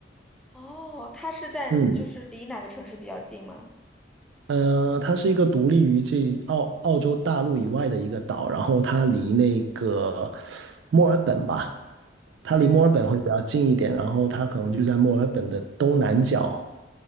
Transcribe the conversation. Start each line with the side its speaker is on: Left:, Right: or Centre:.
Centre: 哦，他是在就是离哪个城市比较近吗？
Right: 嗯，嗯，它是一个独立于这澳澳洲大陆以外的一个岛，然后它离那个墨尔本吧，它离墨尔本会比较近一点，
Centre: 嗯，
Right: 然后它可能就在墨尔本的东南角，